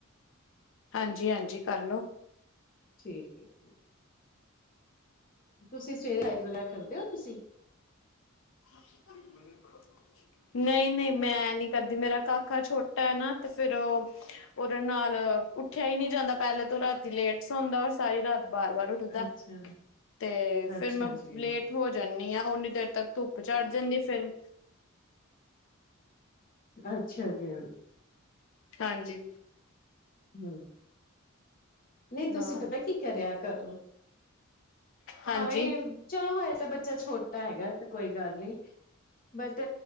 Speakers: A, on the left (about 65°); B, on the left (about 40°).
A: ਹਾਂਜੀ, ਹਾਂਜੀ ਕਰ ਲਓ।
B: ਠੀਕ <unintelligible> ਤੁਸੀਂ ਸਵੇਰੇ <unintelligible> ਕਰਦੇ ਹੋ ਤੁਸੀਂ?
A: <inaudible> ਨਹੀਂ, ਨਹੀਂ ਮੈਂ ਨਹੀਂ ਕਰਦੀ, ਮੇਰਾ ਕਾਕਾ ਛੋਟਾ ਏਨਾ ਤੇ ਫੇਰ ਓਹ ਓਹਦੇ ਨਾਲ ਉੱਠਿਆ ਹੀ ਨਹੀਂ ਜਾਂਦਾ, ਪਹਿਲੇ ਤੇ ਓਹ ਰਾਤੀ ਲੇਟ ਸੌੰਦਾ ਔਰ ਸਾਰੀ ਰਾਤ ਬਾਰ-ਬਾਰ ਉੱਠਦਾ
B: ਅੱਛਾ
A: ਤੇ
B: ਅੱਛਾ
A: ਫੇਰ ਮੈਂ
B: ਜੀ।
A: ਲੇਟ ਹੋ ਜਾਂਦੀ ਆ, ਓਨੀ ਦੇਰ ਤੱਕ ਧੁੱਪ ਚੜ ਜਾਂਦੀ ਫੇਰ
B: ਅੱਛਾ ਜੀ।
A: ਹਾਂਜੀ।
B: <inaudible> ਨਹੀਂ, ਤੁਸੀਂ
A: ਨਾ
B: ਪਤਾ ਕੀ ਕਰਿਆ ਕਰੋ
A: ਹਾਂਜੀ,
B: ਭਾਵੇਂ ਚਲੋ ਹਜੇ ਤਾਂ, ਬੱਚਾ ਛੋਟਾ ਹੈਗਾ ਤੇ ਕੋਈ ਗੱਲ ਨੀ ਬਟ